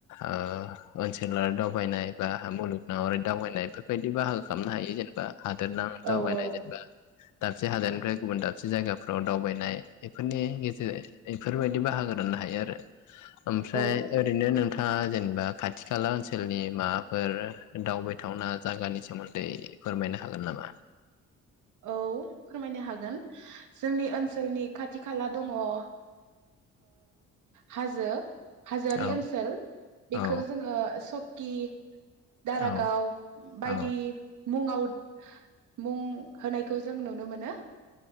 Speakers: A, on the left; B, on the right.
A: ओ ओनसोलारि दावबायनाय, बा मुलुगनङारि दावबायनाय बेफोरबायदि बाहागो खालामनो हायो जेनेबा हादोरनां दावबायनाय
B: औ औ
A: जेनबा दाबसे हादरनिफ्राय गुबुन दाबसे जायगाफ्राव दावबायनाय बेफोरनि गेजेर बेफोरबायदि बाहागो राननो हायो आरो ओमफ्राय
B: औ
A: ओरैनो नों थाङा जेनेबा खाथि खाला ओनसोलनि माबाफोर दावबायथावना जागानि सोमोन्दै फोरमायनो हागोन नामा?
B: औ फोरमायनो हागोन, जोंनि ओनसोलनि खाथि खाला दङ ओ हाजो हाजोयारि
A: औ
B: ओनसोल बेखौ
A: औ
B: जोङो स गि दारागाव
A: औ
B: बायदि
A: औ
B: मुङाव मुं होनायखौ जों नुनो मोनो।